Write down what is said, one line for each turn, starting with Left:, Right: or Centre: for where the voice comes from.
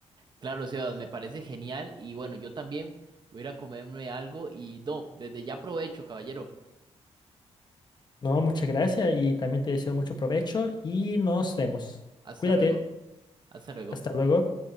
Right: Claro, Sebas, me parece genial y bueno, yo también voy a ir a comerme algo y no, desde ya aprovecho, caballero.
Left: No, muchas gracias y también te deseo mucho provecho y nos vemos.
Right: Hasta
Left: Cuídate.
Right: luego, hasta luego.
Left: Hasta luego.